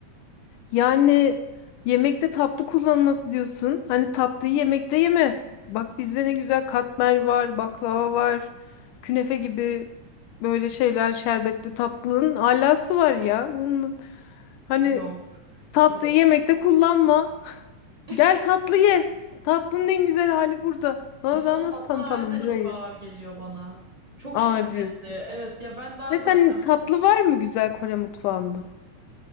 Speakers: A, on the left; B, on the right.
A: Yani yemekte tatlı kullanılması diyorsun. Hani tatlıyı yemekte yeme. Bak bizde ne güzel katmer var, baklava var, künefe gibi böyle şeyler şerbetli tatlının alası var ya. Bunun, hani
B: Yok.
A: tatlıyı
B: Yok. o-
A: yemekte kullanma. <laughs>
B: <laughs>
A: Gel tatlı ye. Tatlının en güzel hali burada. Sana
B: İşte
A: daha
B: o
A: nasıl
B: tatlı
A: tanıtalım
B: hali de
A: burayı?
B: çok ağır geliyor bana. Çok
A: Ağır
B: şerbetli.
A: diyorsun.
B: Evet ya ben daha
A: Ve
B: zaten
A: sen tatlı var mı güzel Kore mutfağında?